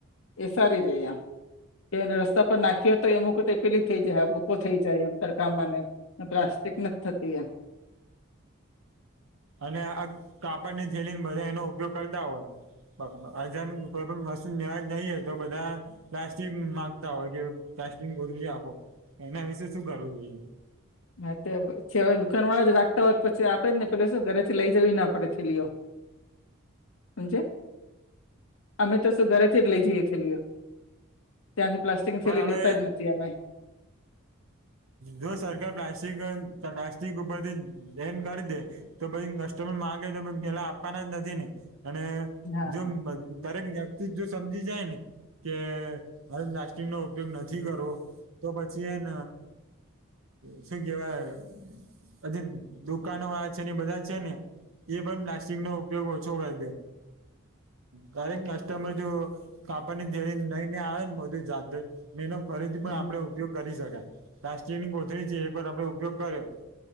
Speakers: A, on the left; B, on the right.
A: એ સારી રે આમ કે રસ્તા પર નાખ્યો તો એમ વખત એ પેલી થઈ જાય હા ભૂકો થઈ જાય એમ તડકામાં ને પ્લાસ્ટિક નથી જ થતી એમ.
B: અને આ કાપડ ની થેલી ને બધા એનો ઉપયોગ કરતા હોય. બજાર કોઈ પણ વસ્તુ લેવા જઈએ તો બધા પ્લાસ્ટિક માંગતા હોય કે પ્લાસ્ટિક બોટલી આપો એના વિશે શું કરવું જોઈએ?
A: ના છેવાય દુકાન વાળા જ રાખતા હોત પછી આપે જ ને પે શું ઘરે થી લઈ જવી ના પડે થેલીઓ.
B: <inaudible>
A: જે અમે તો શું ઘરેથી જ લઈ જઈ થેલીઓ. ત્યાંથી પ્લાસ્ટિકની
B: પણ
A: થેલી લેતા
B: હવે
A: જ નથી અમે.
B: જો સરકાર પ્લાસ્ટિક પ્લાસ્ટિક ઉપરથી બેન કરી દે તો પછી કસ્ટમર માંગે તો પેલા આપવાના જ નથી ને અને
A: હા
B: જો દરેક <unintelligible> જો સમજી જાય ને કે હરે પ્લાસ્ટિક નો ઉપયોગ નથી કરવો તો પછી શન શું કેવાય? હજ દુકાનો આ છે ને બધા છે ને! એ પણ પ્લાસ્ટિક નો ઉપયોગ ઓછો હો કરેક કસ્ટમર જો કાપડ ની જેરી નઈ ને આવે ને બધું જાત ને એનો ફરીથી
A: હમ,
B: પણ આપડે ઉપયોગ કરી શકાય પ્લાસ્ટિક ની કોથળી છે એક વાર આપડે ઉપયોગ કર્યો.